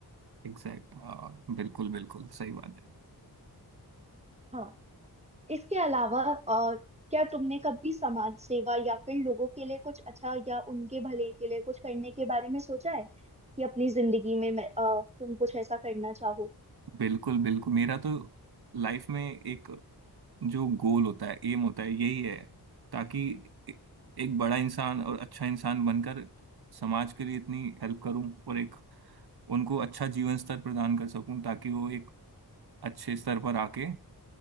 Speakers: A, on the right; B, on the right.
A: एग्जैक्ट हाँ बिल्कुल बिल्कुल सही बात है
B: हाँ इसके अलावा अ, क्या तुमने कभी समाज सेवा या फिर लोगों के लिए कुछ अच्छा या उनके भले के लिए कुछ करने के बारे में सोचा है कि अपनी जिंदगी में मैं, अ, तुम कुछ ऐसा करना चाहो
A: बिल्कुल बिल्कुल मेरा तो लाइफ में एक जो गोल होता है एम होता है यही है ताकि ए- एक बड़ा इंसान और अच्छा इंसान बनकर समाज के लिए इतनी हेल्प करूं और एक उनको अच्छा जीवन स्तर प्रदान कर सकूं ताकि वो एक अच्छे स्तर पर आके